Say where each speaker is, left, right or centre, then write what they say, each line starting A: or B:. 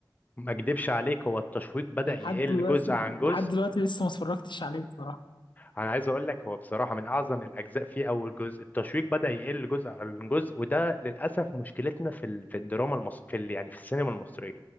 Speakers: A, on the left; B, on the left.
A: ما اكدبش عليك هو التشويق بدأ
B: لحد
A: يقل
B: دلوقتي
A: جزء عن جزء
B: لحد دلوقتي لسه ما اتفرجتش عليه بصراحة
A: انا عايز اقول لك هو بصراحة من اعظم الاجزاء فيه اول جزء التشويق بدأ يقل جزء عن جزء وده للاسف مشكلتنا في ال- في الدراما المصرية في ال- يعني في السينما المصرية